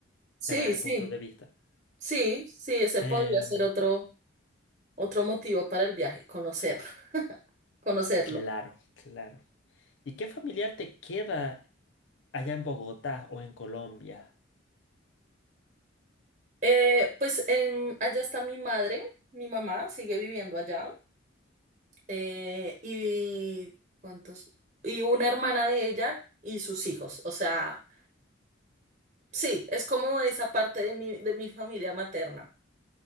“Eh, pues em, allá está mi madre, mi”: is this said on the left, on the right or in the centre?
Right